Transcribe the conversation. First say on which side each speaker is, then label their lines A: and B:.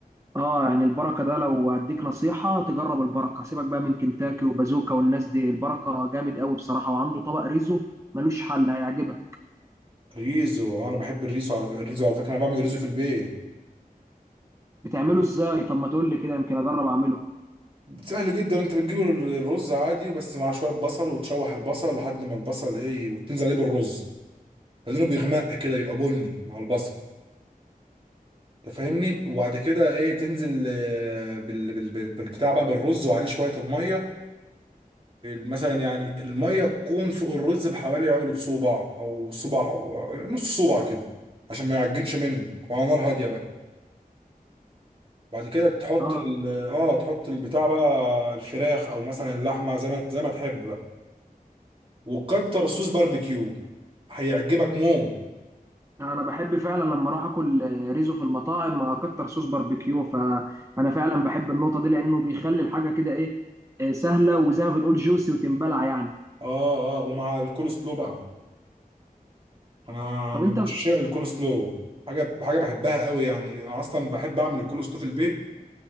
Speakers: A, on the right; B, on the right.
A: اه يعني البركه ده لو هديك نصيحه تجرب البركه سيبك بقى من كنتاكي وبازوكا والناس دي البركه جامد قوي بصراحه وعنده طبق ريزو ملوش حل هيعجبك
B: ريزو انا بحب الريزو على الريزو على فكره انا بعمل ريزو في البيت
A: بتعمله ازاي طب ما تقول لي كده يمكن اجرب اعمله
B: سهل جدا انت بتجيب الرز عادي بس مع شويه بصل وتشوح البصل لحد ما البصل ايه وتنزل عليه بالرز لانه بيغمق كده يبقى بني مع البصل تفهمني وبعد كده ايه تنزل آه، بال... بال... بال- بالبتاع بقى بالرز وعليه شويه الميه مثلا يعني الميه تكون فوق الرز بحوالي عقله صباع او صباع أو نص صباع كده عشان ما يعجنش منك وعلى نار هاديه بقى بعد كده تحط
A: اه
B: ال اه تحط البتاع بقى الفراخ او مثلا اللحمه زي ما زي ما تحب بقى وكتر صوص باربيكيو هيعجبك موت
A: انا بحب فعلا لما اروح اكل آه، ريزو في المطاعم اكتر صوص باربيكيو فانا فعلا بحب النقطه دي لانه بيخلي الحاجه كده ايه آه، سهله وزي ما بنقول جوسي وتنبلع يعني
B: اه اه ومع الكول سلو بقى انا
A: طب
B: من
A: انت
B: عشاق الكول سلو حاجه حاجه بحبها قوي يعني انا اصلا بحب اعمل الكول سلو في البيت